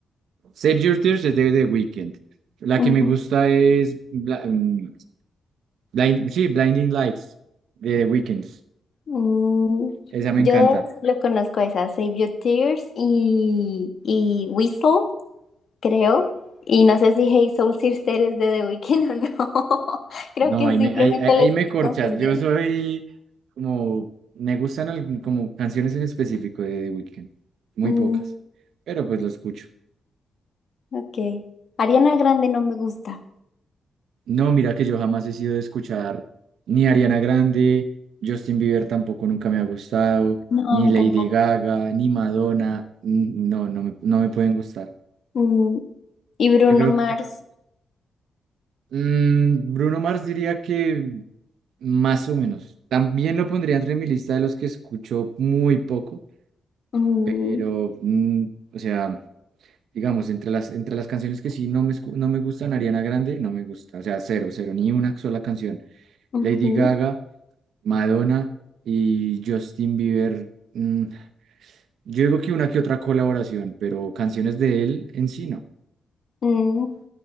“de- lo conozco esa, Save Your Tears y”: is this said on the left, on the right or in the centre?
Left